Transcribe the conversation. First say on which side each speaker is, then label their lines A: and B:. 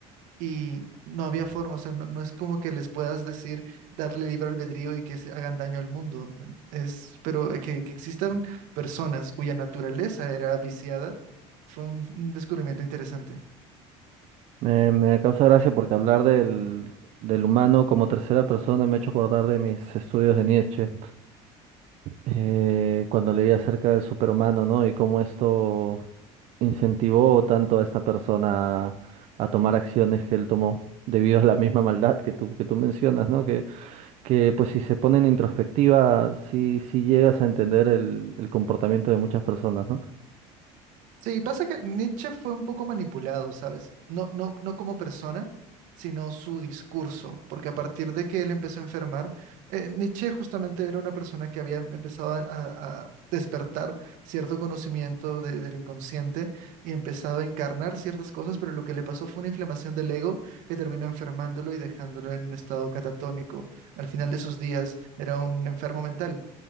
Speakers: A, on the right (about 70°); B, on the right (about 55°).
A: y no había forma, o sea, no, no es como que les puedas decir, darle libre albedrío y que se hagan daño al mundo, es, pero eh, que, que existan personas cuya naturaleza era viciada, fue un, un descubrimiento interesante.
B: Me, me causa gracia porque hablar del, del humano como tercera persona me ha hecho acordar de mis estudios de Nietzsche, eh, cuando leí acerca del superhumano, ¿no? Y cómo esto incentivó tanto a esta persona a tomar acciones que él tomó debido a la misma maldad que tú, que tú mencionas, ¿no? que que pues si se pone en introspectiva, sí, sí llegas a entender el, el comportamiento de muchas personas, ¿no?
A: Sí, pasa que Nietzsche fue un poco manipulado, ¿sabes? No, no, no como persona, sino su discurso, porque a partir de que él empezó a enfermar, eh, Nietzsche justamente era una persona que había empezado a, a- a despertar cierto conocimiento de- del inconsciente y empezaba a encarnar ciertas cosas, pero lo que le pasó fue una inflamación del ego que terminó enfermándolo y dejándolo en un estado catatónico. Al final de sus días era un enfermo mental.